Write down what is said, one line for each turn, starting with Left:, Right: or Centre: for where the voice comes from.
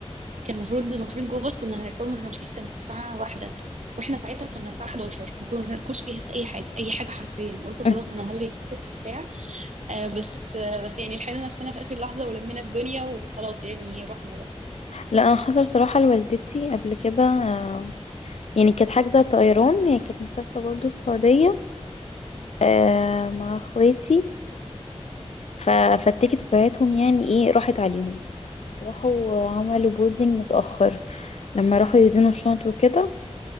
Right: كان المفروض المفروض جو باص كنا هنركبه من رمسيس كانت الساعة واحدة واحنا ساعتها كنا الساعة 11 ما كن- كنتش جهزت أي حاجة أي حاجة حرفيا قلت خلاص
Left: مم.
Right: أنا هلغي التيكت بتاع آه بس آه بس يعني لحقنا نفسنا في آخر لحظة ولمينا الدنيا وخلاص يعني رحنا بقى
Left: لا انا حصل صراحة لوالدتي قبل كده آه، يعني كانت حاجزة طيران هي كانت مسافرة برضو السعودية آه، مع اخواتي ف... فالتيكت بتاعتهم يعني ايه راحت عليهم راحوا عملوا بوردنج متأخر لما راحوا يوزنوا الشنط وكده